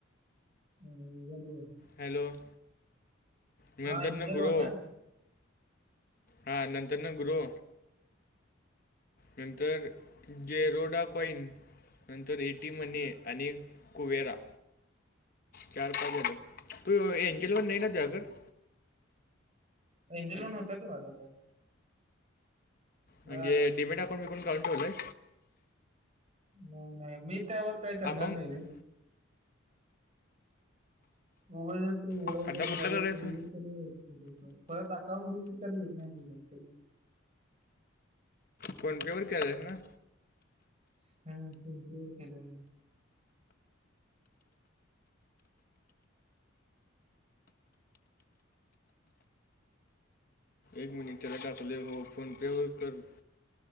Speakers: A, on the right (about 30°); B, on the left (about 45°).
A: एंजल वन...
B: हॅलो. नंतर
A: हा एंजल
B: ग्रो
A: वन ना?
B: हा नंतरनं करू नंतर जेरोडा कॉईन नंतर एटी मनी आणि कुवेरा चार पाच ए बघ, तू... एंजल वन नाई ना तुझ्याकडं
A: एंजल वन होता की माझा कड
B: म्हणजे
A: अगोदर
B: डीमीट
A: होता
B: अकाउंट बीकॉउंट काढून ठेवलंय
A: नाई नाई.. मी त्यावर काय करणार
B: अकाउंट
A: नाही रे उगाचच ते उघडायचं...
B: आता कुठलं
A: परत
B: करायचं
A: डीलीट <unintelligible> परत अकाउंट डिलीट करून घेत नाई ते लवकर
B: फोन पे वर केलाइस ना
A: <unintelligible>
B: एक मिनिट, तुला टाकलय भाऊ... फोनपे वर कर